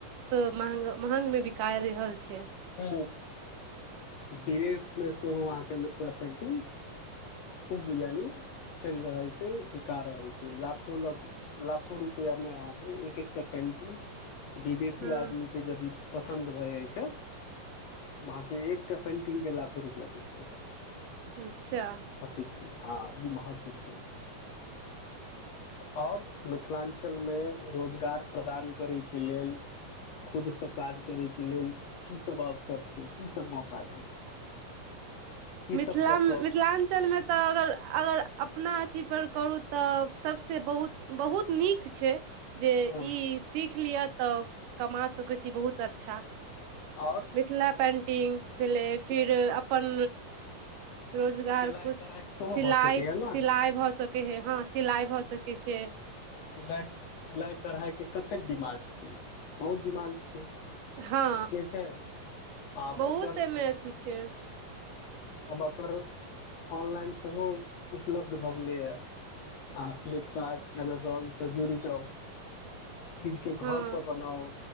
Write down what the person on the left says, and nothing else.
ह विदेशमे सेहो वहाँके मिथिला पेंटिंग खूब यानि चैल रहल छै बिका रहल छै लाखो लाख लाखो रुपआ आगे एक एकटा पेंटिंग विदेशी
आदमी के जदि पसन्द भऽ जाइ छै वहाँके एकटा पेन्टिंग के लाखो रुपआ दै छै
ह ई महत्व छै ओर मिथिलांचल में रोजगार प्रदान करयके लेल खुदसँ काज करैके लेल कीसभ अवसर छै कीसभ मौका छै की
सब कऽ
कऽ
हँ
आओर
हँ
सिलाइ
कढ़ाइ सेहो
भऽ सकैया ने
सिलाइ सिलाइ कढ़ाइके डिमांड छै बहुत डिमांड छै
कै छै आब
ओकर
आब अकर ऑनलाइन सेहो उपलब्ध भऽ गेलैए हँ फ्लिपकार्ट एमेजोन सजूरी चउ चीज के
घर पर बनाउ